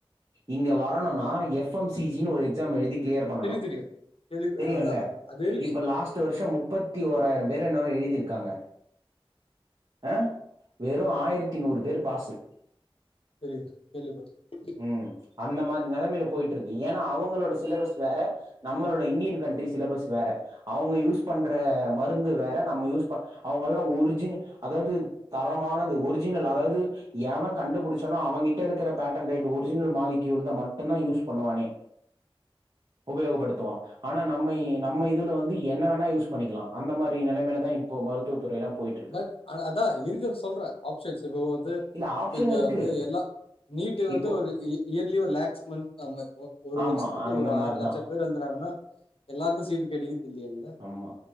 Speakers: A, on the right (about 45°); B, on the left (about 75°).
A: இங்க வரணும்னா எஃப் எம் சி ஜினு ஒரு எக்ஸாம் எழுதி கிளியர் பண்ணணு
B: தெரியு தெரியு கேள்வி
A: தெரியுல்ல
B: அதா அது இருக்கு
A: இப்ப லாஸ்ட் டு வருஷோ முப்பத்தி ஓராயிரம் பேர் என்னவோ எழுதிருக்காங்க ஆ வெறு ஆயரத்தி நூறு பேரு பாசு
B: தெரியு கேள்வி பட்டே
A: ம் அந்த மாரி நெலைமைல போயிட்ருக்கு ஏனா அவங்களோட சிலபஸ் வேற நம்மளோட இன்டியன் கண்ட்ரி சிலபஸ் வேற அவுங்க யூஸ் பண்ற மருந்து வேற நம்ம யூஸ் பண் அவங்கல்லா ஒரிஜின அதாவது தரமானது ஒரிஜினல் அதாவது எவெ கண்டுபுடிச்சானோ அவங்கிட்ட இருக்கிற patent right original molecule தா மட்டுந்தா யூஸ் பண்ணுவானே உபயோகப்படுத்துவா ஆனா நம்ம நம்ம இதுல வந்து என்ன வேணா யூஸ் பண்ணிக்கலா அந்த மாரி நெலமைல தா இப்போ மருத்துவத்துறைல்லா போயிட்டு இருக்கு
B: பட் ஆனா அதா இருக்குற சொல்றே ஆப்ஷன்ஸ் இப்ப வந்து
A: இல்ல ஆப்ஷன்
B: இப்ப இங்க
A: இருக்கு
B: வந்து எல்லா நீட்டு வந்து
A: இப்போ
B: ஒரு இ இயர்லி ஒரு லேக்ஸ் மந்த் நம்ம இப்போ ஒரு
A: ஆமா
B: வருஷத்துக்கு
A: அந்த
B: ஒரு ஆய்ர
A: மாரிதா
B: லட்ச பேர் எழுதுறாங்கன்னா எல்லாருக்கு சீட் கெடைக்குறது இல்லயே
A: ஆமா